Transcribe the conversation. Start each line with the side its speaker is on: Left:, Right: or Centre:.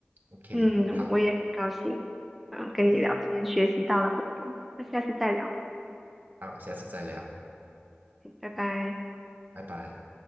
Right: OK，
Centre: 嗯，
Right: 好，
Centre: 我也很高兴，嗯，跟你聊天学习到了很多。
Right: 好，
Centre: 那下次再聊，
Right: 好，好下次再聊，
Centre: 拜拜。
Right: 拜拜。